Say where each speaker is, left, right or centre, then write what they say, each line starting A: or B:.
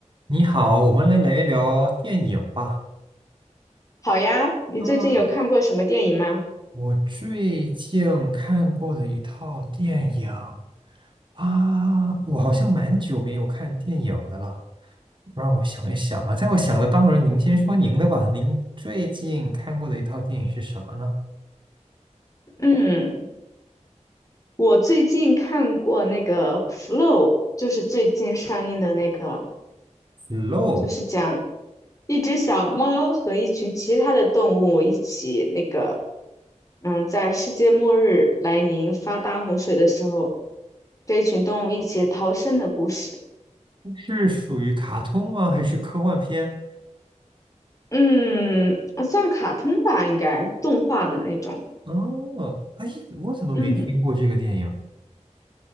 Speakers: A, on the right; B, on the left.
A: 你好，我们来聊一聊电影吧。
B: 好呀，你最近有看过什么电影吗？
A: 嗯，我最近看过的一套电影啊，我好像蛮久没有看电影的了。让我想一想啊，在我想的当中，您先说您的吧。您最近看过的一套电影是什么呢
B: 嗯，我最近看过那个《Flow》，就是最近上映的那个，
A: ？Flow
B: 就是讲一只小猫和一群其他的动物一起那个，嗯，在世界末日来临发大洪水的时候，这一群动物一起逃生的故事。
A: 是属于卡通吗？还是科幻片？
B: 嗯，算卡通吧，应该动画的那种。
A: 哦，哎，我怎么没听过这个电影？
B: 嗯，